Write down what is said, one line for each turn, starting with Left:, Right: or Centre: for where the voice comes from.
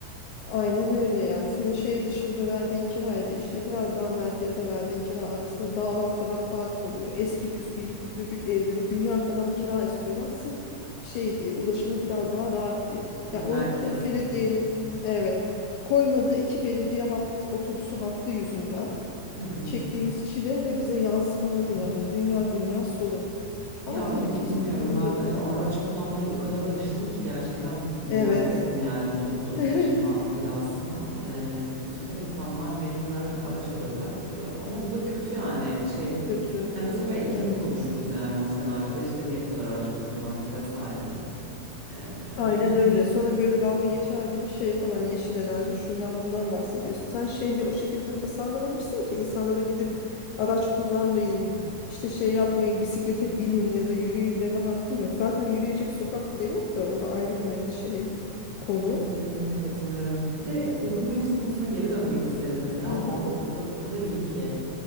Left: Aynen öyle yani. Senin şehir dışında verdiğin kirayla işte biraz daha merkezde verdiğin kira arasında dağlar kadar fark oluyor. Eski püskü yıkık dökük evleri dünya kadar kira istiyorlar. Sırf şey diye ulaşımı biraz daha rahat diye.
Right: E, merkezde
Left: Yani orada belediyenin
Right: diye. evet.
Left: evet koymadığı iki belediye hat, otobüsü hattı yüzünden
Right: Hı hı.
Left: çektiğimiz çile ve bize yansımaları
Right: Hı
Left: yani
Right: hı.
Left: dünya dünya sorun.
Right: Ya
Left: Ama tabii
Right: bil-
Left: kimsenin
Right: bilmiyorum
Left: umurunda
Right: ben e,
Left: değil.
Right: araç kullanmaya o kadar alıştım ki gerçekten lanet
Left: Evet.
Right: ettim yani o toplu
Left: <laughs>
Right: taşıma belasına. E, bu sefer insanlar mecburen araç alıyorlar E, ama bu da kötü yani şey.
Left: Kötü.
Right: Hani bu sefer iklim
Left: Evet.
Right: konuşuruz yani o senaryoda işte niye bu kadar araç kullanımı arttı vesaire. E,
Left: Aynen öyle.
Right: <laughs>
Left: Sonra
Right: evet,
Left: böyle dalga geçer gibi şey falan yeşil enerji şundan bundan bahsediyor. Sen şehri o şekilde tasarlamamışsın ki insanlara gidip araç kullanmayın,
Right: evet.
Left: işte şey yapmayın, bisiklete binin ya da yürüyün deme hakkın yok. Zaten yürüyecek sokak bile yok da o da ayrı bir me- şey konu.
Right: Kesinlikle katılıyorum. Bir de Google Maps konusuna geri dönmek isterim mesela.
Left: Hı hı.
Right: Avrupa o kadar iyi ki.